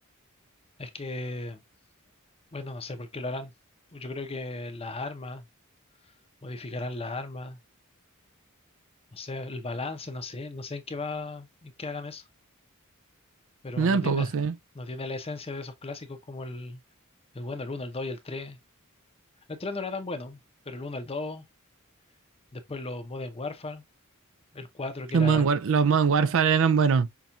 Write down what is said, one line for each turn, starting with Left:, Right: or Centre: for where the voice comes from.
Left: Es que, bueno, no sé por qué lo harán. Pues Yo creo que las armas, modificarán las armas, no sé, el balance, no sé, no sé en qué va, en qué hagan eso. Pero
Right: No,
Left: no
Right: tampoco
Left: tiene,
Right: sé.
Left: no tiene la esencia de esos clásicos como el, el bueno, el uno el 2 y el tres El 3 no era tan bueno, pero el uno el dos después los Modern Warfare, el 4 que
Right: Los
Left: era
Right: Modern, War- los Modern Warfare eran buenos.